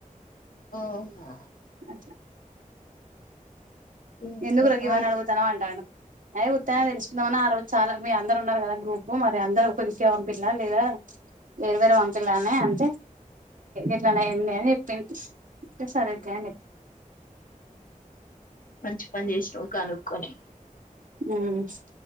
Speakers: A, on the left (about 80°); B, on the right (about 70°).
A: అవునా
B: అట్లా
A: ఇంకేం
B: ఎందుకు రగీవ్
A: మా
B: అని అడుగుతాను అంటాడు అ్య ఉత్తానని తెలుసుకుందా మని ఆ రోజు చాలా మీ అందరు ఉన్నారు కదా గ్రూపు మరి అందరు కొదిసేం తినరా లేదా వేర వేరే పంపిలానే అంటే ఎట్లానే ఏంది అని చెప్పి సరే ఒకే అని
A: మంచి పని చేసిన్ కనుక్కొని
B: మ్మ్